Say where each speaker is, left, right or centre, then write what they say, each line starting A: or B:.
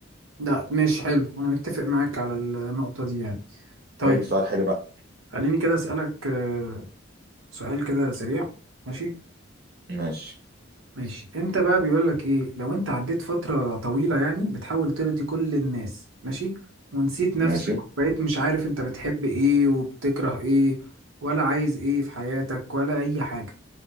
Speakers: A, on the right; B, on the right.
A: لا ماشي حلو انا متفق معاك على النقطة دي يعني طيب
B: قول لي سؤال حلو بقى
A: خليني كده اسألك آه، سؤال كده سريع ماشي
B: ماشي
A: ماشي انت بقى بيقول لك ايه لو انت عديت فترة طويلة يعني بتحاول ترضي كل الناس ماشي ونسيت نفسك
B: ماشي
A: بقيت مش عارف انت بتحب ايه وبتكره ايه ولا عايز ايه في حياتك ولا اي حاجة